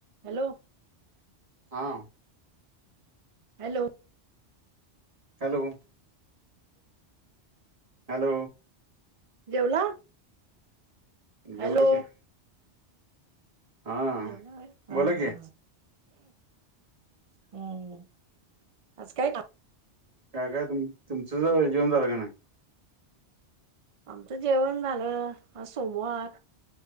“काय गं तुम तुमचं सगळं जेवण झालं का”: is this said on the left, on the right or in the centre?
Right